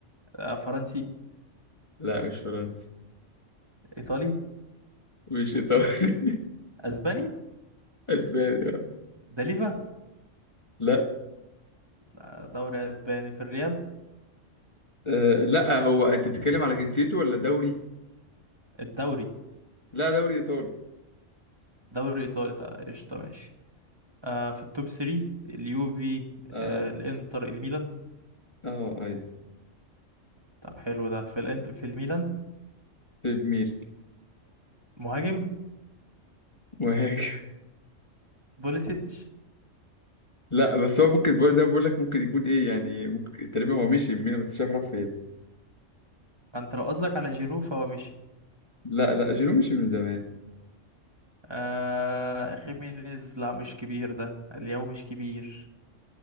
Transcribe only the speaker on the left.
لا مش فرنسي
مش ايطالي <laughs>
اسباني آه.
لا
آه لا هو انت بتتكلم على جنسيته ولا دوري
لا دوري ايطالي
اه
اه ايوه
في الميل
مهاجم
لا بس هو ممكن برضه زي ما بقول لك ممكن يكون ايه يعني ممكن تقريبا هو مشي من ميلان بس مش عارف راح فين
لا لا جيرو مشي من زمان